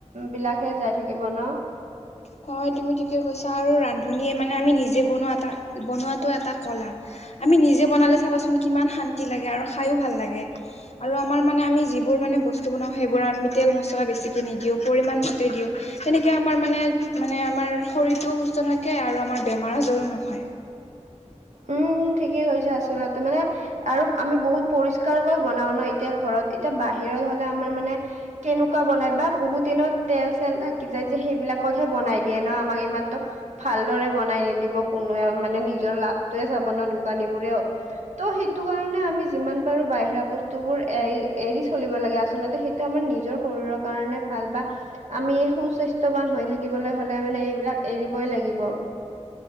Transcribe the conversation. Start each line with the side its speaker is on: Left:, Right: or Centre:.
Right: বিলাকহে যাই থাকিব ন'?
Left: হয় তুমি ঠিকে কৈছা আৰু ৰান্ধনীয়ে মানে আমি নিজে বনোৱা এটা বনোৱাটো এটা কলা। আমি নিজে বনালে চাবাচোন কিমান শান্তি লাগে আৰু খাইও ভাল লাগে। আৰু আমাৰ মানে আমি যিবোৰ মানে বস্তু বনাওঁ সেইবোৰ আমি তেল মছলা বেছিকে নিদিওঁ পৰিমাণ মতে দিওঁ। তেনেকে আমাৰ মানে-মানে আমাৰ শৰীৰটোও সুস্থ থাকে আৰু আমাৰ বেমাৰ আজাৰো নহয়।
Right: উম ঠিকেই হৈছে আচলতে মানে আৰু আমি বহুত পৰিস্কাৰকৈ বনাও ন এতিয়া ঘৰত এতিয়া বাহিৰত হ'লে আমাৰ মানে কেনেকুৱা বনাই বা বহুত দিনত তেল চেল থাকি যায় যে সেইবিলাকতহে বনাই দিয়ে ন। আমাক ইমান তো ভালদৰে বনাই নিদিব কোনোৱেও মানে নিজৰ লাভটোৱে চাব ন দোকানীবোৰেও। ত' সেইটো কাৰণে আমি যিমান পাৰোঁ বাহিৰা বস্তুবোৰ এ এৰি চলিব লাগে, আচলতে সেই টো আমাৰ নিজৰ শৰীৰৰ কাৰণে ভাল বা আমি সু স্বাস্থ্যৱান হৈ থাকিবলৈ হ'লে মানে এইবিলাক এৰিবই লাগিব।